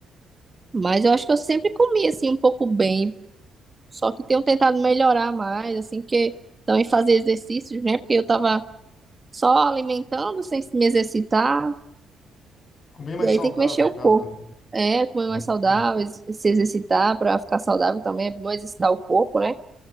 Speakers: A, on the right; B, on the left.
A: Mas eu acho que eu sempre comi assim um pouco bem, só que tenho tentado melhorar mais, assim que também fazer exercícios, né? Porque eu tava só alimentando sem me exercitar,
B: Comer mais
A: e aí
B: saudável,
A: tem que mexer
B: no
A: o
B: caso
A: corpo.
B: também.
A: É, comer
B: Hum,
A: mais saudável, ex- se exercitar para ficar saudável também é bom exercitar o corpo, né?